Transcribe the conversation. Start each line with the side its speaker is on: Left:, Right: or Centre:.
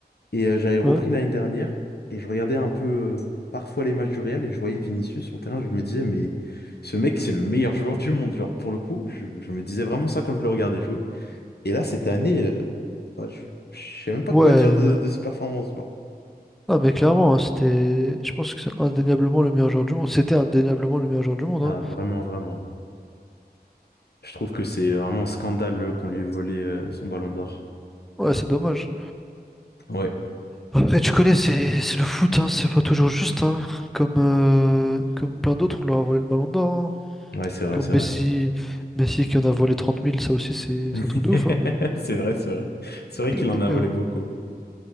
Left: et euh, j'avais repris
Centre: Ouais.
Left: l'année dernière, et je regardais un peu euh, parfois les matchs du Real, et je voyais Vinicius sur le terrain, je me disais, mais ce mec, c'est le meilleur joueur du monde, genre, pour le coup, je, je me disais vraiment ça quand je le regardais jouer, et là, cette année, euh, bah, je, je sais même pas
Centre: Ouais.
Left: quoi dire de,
Centre: non.
Left: de ses performances, genre.
Centre: Ah, mais clairement, hein, c'était. Je pense que c'est indéniablement le meilleur joueur du monde. C'était indéniablement le meilleur joueur du monde.
Left: Ah,
Centre: hein.
Left: vraiment, vraiment. Je trouve que c'est vraiment un scandale euh, qu'on lui ait volé euh, son ballon d'or.
Centre: Ouais, c'est dommage.
Left: Ouais,
Centre: Après, tu connais, c'est c'est le foot, hein, c'est pas toujours juste. hein. Comme, euh, Comme plein d'autres, on leur a volé le ballon d'or. hein.
Left: ouais, c'est vrai,
Centre: Comme
Left: c'est
Centre: Messi...
Left: vrai.
Centre: Messi qui en a volé trente mille. ça aussi, c'est c'est un truc
Left: <laughs>
Centre: de ouf. hein, Mais bon.
Left: C'est vrai, c'est vrai. C'est vrai
Centre: Mais
Left: qu'il en a volé
Centre: bon.
Left: beaucoup.